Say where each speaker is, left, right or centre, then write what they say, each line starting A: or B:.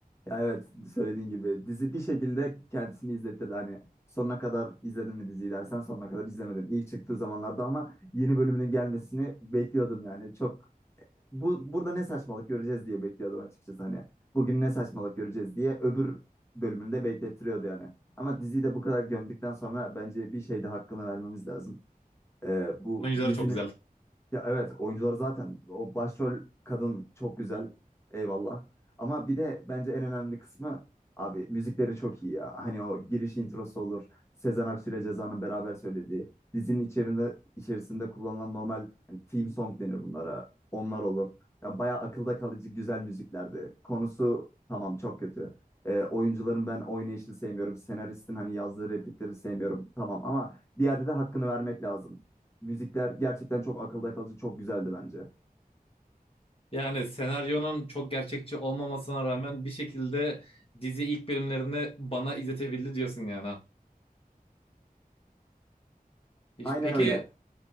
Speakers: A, on the left; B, on the left.
A: Ya evet söylediğin gibi dizi bir şekilde kendisini izlettirdi. Hani sonuna kadar izledin mi diziyi dersen sonuna kadar izlemedim. İlk çıktığı zamanlarda ama yeni bölümünün gelmesini bekliyordum yani. Çok bu burada ne saçmalık göreceğiz diye bekliyordum açıkçası hani. Bugün ne saçmalık göreceğiz diye öbür bölümünü de beklettiriyordu yani. Ama diziyi de bu kadar gömdükten sonra bence bir şey de hakkını vermemiz lazım. Ee, bu
B: Oyuncuları
A: dizinin
B: çok güzel.
A: ya evet oyuncuları zaten o başrol kadın çok güzel eyvallah. Ama bir de bence en önemli kısmı abi müzikleri çok iyi ya. Hani o giriş introsu olur. Sezen Aksu ile Ceza'nın beraber söylediği. Dizinin içerisinde içerisinde kullanılan normal hani theme song denir bunlara. Onlar olur. Ya bayağı akılda kalıcı güzel müziklerdi. Konusu tamam çok kötü. Ee, oyuncuların ben oynayışını sevmiyorum. Senaristin hani yazdığı replikleri sevmiyorum. Tamam ama bir yerde de hakkını vermek lazım. Müzikler gerçekten çok akılda kalıcı, çok güzeldi bence.
B: Yani senaryonun çok gerçekçi olmamasına rağmen bir şekilde dizi ilk bölümlerini bana izletebildi diyorsun yani. ha. Hiç-
A: Aynen
B: Peki
A: öyle.